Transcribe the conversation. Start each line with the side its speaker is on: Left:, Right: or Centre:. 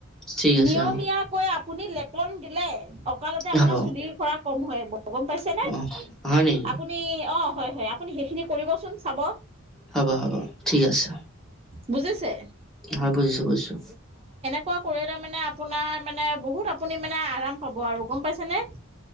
Centre: ঠিক আছে
Right: নিয়মীয়াকৈ
Centre: অ
Right: আ আপুনি লেপন দিলে, অ। ককালতে আপোনাৰ
Centre: হ'ব
Right: চুলিৰ কৰা। কম, হয়। অ, গম পাইছেনে
Centre: অ হয় নেকি
Right: আপুনি অঁ। হয়, হয়। আপুনি সেইখিনি কৰিবচোন। চাব
Centre: হ'ব, হ'ব ঠিক আছে।
Right: বুজিছে?
Centre: অ, বুজিছো, বুজিছো।
Right: এনেকোৱা কৰিলে মানে আপোনাৰ মানে বহুত আপুনি মানে আৰাম পাব আৰু গম পাইছেনে।